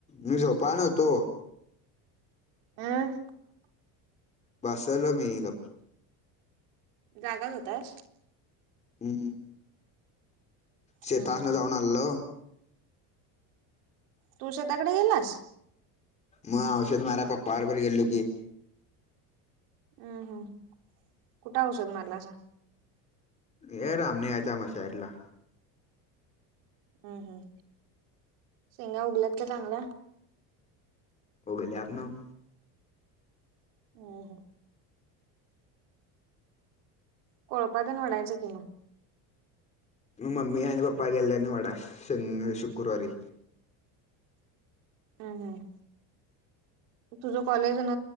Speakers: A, on the left; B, on the right.
A: मी झोपाय नव्हतो.
B: अं
A: बसलो मी गप.
B: जागाच होतास?
A: हं शेतासन
B: हम्म.
A: जाऊन आलेलो.
B: तू शेताकडे गेलेलास?
A: मग औषध मारायला पप्पाबरोबर गेलेलो की.
B: हं हम्म. कुठं औषध मारलासा?
A: ये रामण्याचा मशारेला.
B: हम्म, हम्म. शेंगा उगल्यात काय चांगल्या?
A: उगल्यात नव्हं.
B: हम्म, हम्म. कोळपा तेन ओढायचं की मग.
A: मी, मम्मी आणि पप्पा गेलेल्या नी वडाय शनी शुक्रवारी.
B: हम्म, हम्म. तुझं कॉलेजन